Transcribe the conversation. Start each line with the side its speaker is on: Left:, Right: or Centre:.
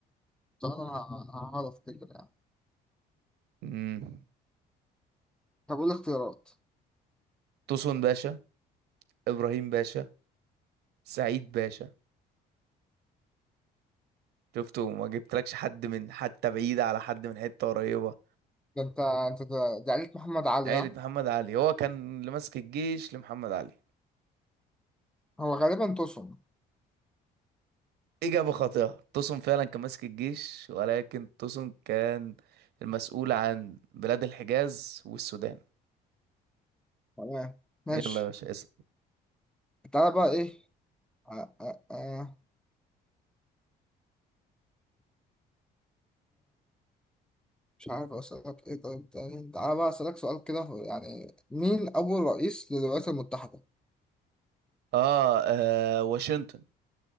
Centre: طب انا ه- هقعد افتكر يعني
Right: <laughs> مم.
Centre: طب قول لي اختيارات
Right: توسون باشا ابراهيم باشا سعيد باشا شفته ما جبتلكش حد من حتى بعيد على حد من حتة قريبة
Centre: ده انت انت ده ده عليك محمد علي
Right: عيلة
Centre: ها
Right: محمد علي هو كان اللي ماسك الجيش لمحمد علي
Centre: هو غالبا تصم
Right: إجابة خاطئة توسون فعلا كان ماسك الجيش ولكن توسون كان المسؤول عن بلاد الحجاز والسودان
Centre: تمام ماشي
Right: يلا يا باشا اسأل
Centre: تعالى بقى ايه آه آه آه. مش عارف اسألك ايه طيب تاني تعالى بقى اسألك سؤال كده يعني مين أول رئيس للولايات المتحدة؟
Right: آه, آه واشنطن